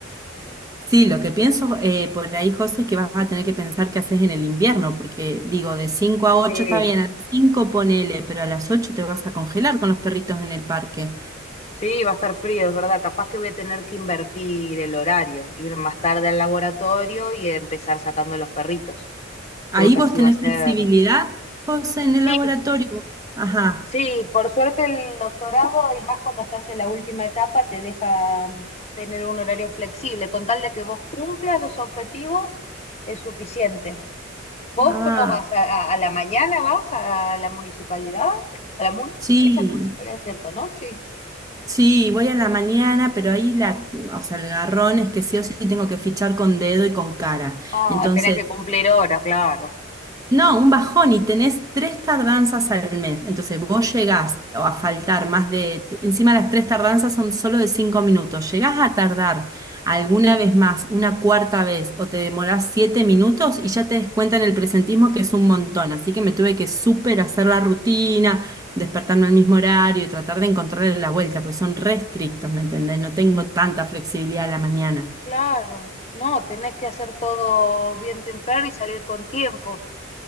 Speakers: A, on the right; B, on the left.
A: Sí, lo que pienso eh, por ahí, José, es que vas a tener que pensar qué haces en el invierno, porque digo, de cinco a
B: Sí,
A: ocho está bien, a las 5 ponele, pero a las 8 te vas a congelar con los perritos en el parque.
B: sí, va a estar frío, es verdad. Capaz que voy a tener que invertir el horario, ir más tarde al laboratorio y empezar sacando los perritos.
A: Ahí
B: Creo que
A: vos
B: así
A: tenés
B: va a ser.
A: flexibilidad, José, en
B: Sí,
A: el laboratorio. Ajá.
B: sí, por suerte el doctorado, y más cuando estás en la última etapa, te deja tener un horario flexible. Con tal de que vos cumplas los objetivos, es suficiente. ¿Vos
A: Ah,
B: cómo vas? ¿A, a- a la mañana vas a la municipalidad? ¿A la mun?
A: sí.
B: Es a la municipalidad, ¿cierto? ¿No? Sí.
A: Sí, voy a la mañana, pero ahí la, o sea, el garrón es que sí o sí tengo que fichar con dedo y con cara.
B: Ah,
A: Entonces,
B: tenés que cumplir hora, claro.
A: No, un bajón y tenés tres tardanzas al mes. Entonces vos llegás o a faltar
B: Sí.
A: más de, t- encima las tres tardanzas son solo de cinco minutos. Llegás a tardar alguna vez más, una cuarta vez, o te demorás siete minutos y ya te des cuenta en el presentismo que es un montón. Así que me tuve que súper hacer la rutina, despertarme al mismo horario y tratar de encontrarle la vuelta, pues son restrictos, ¿me entendés? No tengo tanta flexibilidad a la mañana.
B: Claro, no, tenés que hacer todo bien temprano y salir con tiempo.